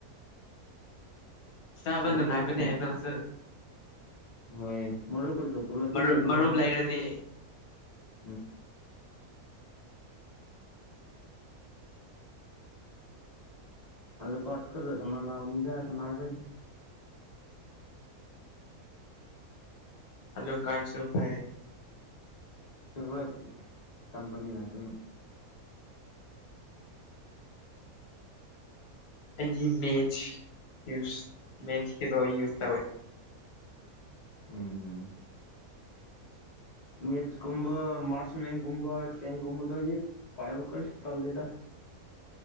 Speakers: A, on the left; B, on the left.
A: ꯆꯕ
B: ꯑꯥꯂꯨ
A: ꯃꯕꯅꯦꯃꯦꯁ
B: ꯀꯥꯔꯠ ꯍꯣꯏ ꯃꯔ ꯑꯩꯈꯣꯏꯒ ꯄꯂꯗꯤ
A: ꯃꯔꯨꯞ
B: ꯅꯅꯨꯡꯉꯥꯏ
A: ꯃꯔꯨꯞ ꯂꯩꯔꯗꯤ
B: ꯎꯝ ꯑꯜꯂꯣ ꯀꯠꯀꯗ ꯁ ꯅꯒꯁꯅꯁꯦ
A: ꯑꯜꯂꯣ ꯀꯥꯁꯨꯄ
B: ꯐꯦꯕꯋꯥꯔꯤ ꯇꯝꯕꯅꯤꯅ ꯑꯗꯨꯅ
A: ꯑꯩꯒꯤ ꯃꯦꯆꯁ ꯃꯦꯆ ꯍꯔꯣ ꯌꯁ ꯇ
B: ꯎꯝ ꯎꯝ ꯃꯤꯆꯀꯨꯝꯕ ꯃꯥꯁꯃꯦꯟꯒꯨꯝꯕ ꯇꯦꯡꯒꯨꯝꯕꯗꯣ ꯄꯥꯏꯕꯈꯔꯁꯨ ꯇꯜꯂꯤꯗ